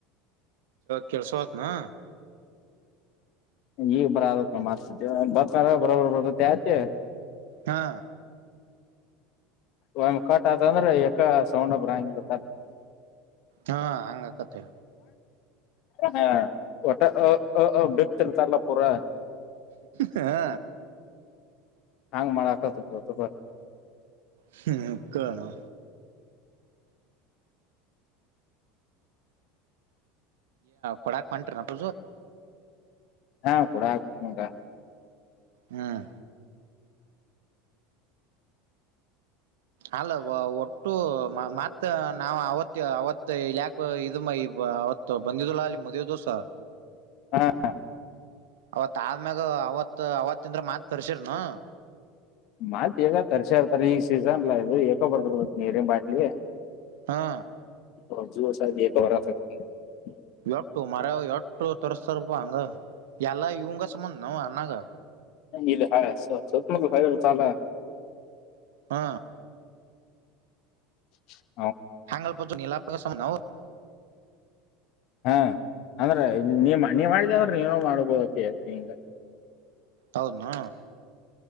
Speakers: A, on the right; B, on the left.
A: ಕೆಲ್ಸ ಹೊತ್ನಾ
B: ಈ ಬರತಾನಾ ಮಾಡಸವ ಬಾರ ಬರಬರ ಬರ್ತತಿ ಆಚೆ
A: ಹಾ
B: ಒಂದು ಕಟ್ ಆತಂದ್ರೆ ಯಕ ಸೌಂಡೇ ಬರಗಿಲ್ಲ ಪಾ
A: ಹಾ ಹಂಗ ಕಥೆ
B: ಹಾ ಒಟ್ಟ ಆ ಆ ಬಿಟ್ಟಿರ್ತಾರೆಲ್ಲ ಪುರಾ
A: ಹಾ
B: ಹಾಂಗ್ ಮಾಡಕತ ತಪ್ಪ
A: ಹ್ಮ ಕಣೋ ಕೊಡಾಕ್ ಹೊಂಟ್ರಪ್ಪ
B: ಹಾ ಕೂಡಕ್ ಬಂದ
A: ಹ್ಮ್ ಅಲ್ಲ ಒಟ್ಟು ಮತ್ತ ನಾವ ಅವತ್ತ ಅವತ್ ಇಲ್ಲಿ ಯಾಕ್ ಅವತ್ತು ಬಂದಿದಲ್ಲ ಅಲ್ವಾ ಅವತ್ತು ಮದುವೆ ದಿವಸ
B: ಹಾ ಹ
A: ಅವತ್ ಆದ್ಮ್ಯಾಗ ಅವತ್ ಅವತ್ತಿಂದ್ರ ಮಾತ್ ತರ್ಸಿರ್ನು
B: ಮತ್ ಈಗ ತರ್ಸತಾರೆ ಈಗ ಸೀಸನ್ಲಾ ಇದು ಹಕೋ ಬರ್ತ ನೀರಿ ಬಾಟ್ಲಿ
A: ಹಾ
B: <unintelligible>
A: ಎಟ್ಟು ಮರಯಾ ಎಟ್ಟು ತರಿಸಸ್ತಾರಪ ಹಂಗ ಯಲ್ಲ ಇವುಗ ಸುಮ್ನ ಅಣ್ಣಗ
B: ಇದು <unintelligible>
A: ಹಾ
B: <inaudible>
A: ಹಾಂಗಲ್ಪ <unintelligible>
B: ಹಾ ಅಂದ್ರೆ ನೀ ನೀ ಮಾಡಿದ ಅಂದ್ರೆ ನೀನು ಮಾಡ್ಬೋದಕ ಹಿಂಗ
A: ಹೌದನು